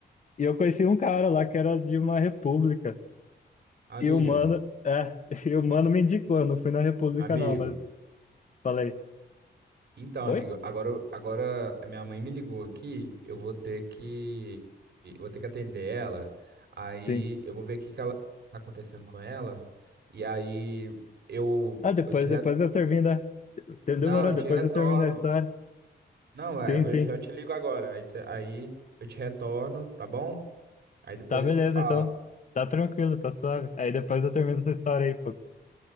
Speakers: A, on the left; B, on the right.
A: E eu conheci um cara lá que era de uma república.
B: Amigo,
A: E o mano, é, <laughs> e o mano me indicou, eu não fui na república
B: amigo.
A: não, mas falei,
B: Então,
A: oi?
B: amigo, agora, eu- agora a minha mãe me ligou aqui, eu vou ter que, eu vou ter que atender ela. Aí
A: Sim.
B: eu vou ver o que que ela tá acontecendo com ela. E aí eu,
A: Ah, depois,
B: eu te re...
A: depois eu termino, a- demorou,
B: Não, eu
A: depois
B: te retorno.
A: eu termino a história.
B: Não,
A: Sim,
B: é, eu vou-
A: sim.
B: já te ligo agora. Aí, cê- aí eu te retorno, tá bom? Aí depois
A: Tá beleza,
B: a gente se fala.
A: então. Tá tranquilo, tá suave. Aí depois eu termino essa história aí, pô.